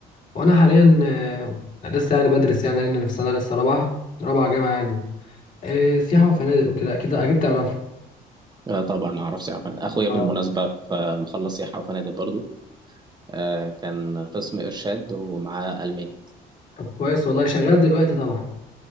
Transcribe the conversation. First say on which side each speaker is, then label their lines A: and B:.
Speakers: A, on the left; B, on the right.
A: وانا حاليا آه، لسه يعني بدرس يعني لان في سنه لسه رابعه رابعه جامعه يعني إيه سياحه وفنادق وكده اكيد اكيد تعرف
B: آه، طبعا أعرف سياحة وفنادق. أخويا
A: اه
B: بالمناسبة ف- مخلص سياحة وفنادق برضو آه، كان قسم إرشاد ومعاه ألماني
A: طب كويس والله شغال دلوقتي طبعا